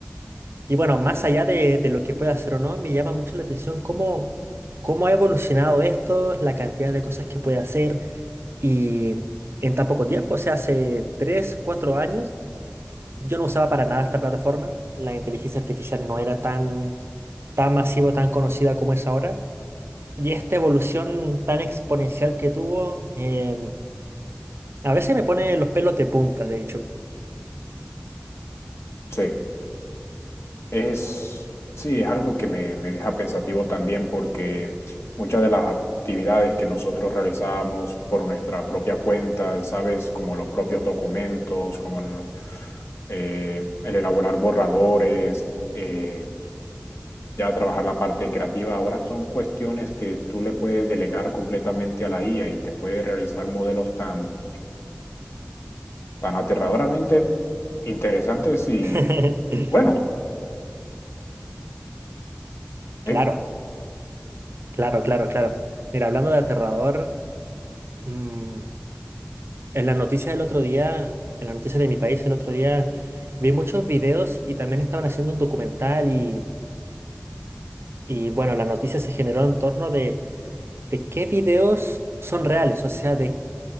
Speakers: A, on the right; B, on the left.
A: y bueno, más allá de, de lo que pueda hacer o no, me llama mucho la atención cómo... ¿Cómo ha evolucionado esto? La cantidad de cosas que puede hacer, y en tan poco tiempo, o sea, hace 3, 4 años, yo no usaba para nada esta plataforma. La inteligencia artificial no era tan, tan masiva, tan conocida como es ahora. Y esta evolución tan exponencial que tuvo, em, a veces me pone los pelos de punta, de hecho.
B: Sí. Es, sí, es algo que me, me deja pensativo también porque muchas de las actividades que nosotros realizábamos por nuestra propia cuenta, ¿sabes? Como los propios documentos, como en- eh, el elaborar borradores, eh, ya trabajar la parte creativa, ahora son cuestiones que tú le puedes delegar completamente a la IA y te puede realizar modelos tan, tan aterradoramente interesantes y,
A: <laughs>
B: bueno.
A: Claro,
B: sí,
A: claro, claro, claro. Mira, hablando de aterrador, mm, en las noticias del otro día, en las noticias de mi país el otro día, vi muchos videos y también estaban haciendo un documental y... Y bueno, la noticia se generó en torno de, de qué videos son reales, o sea, de,